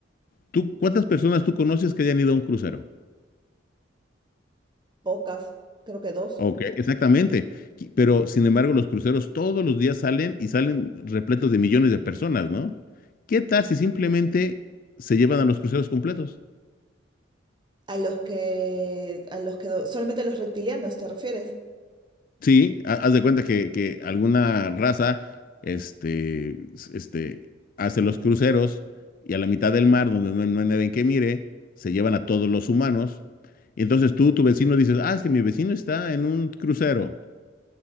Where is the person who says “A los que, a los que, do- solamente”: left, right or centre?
Right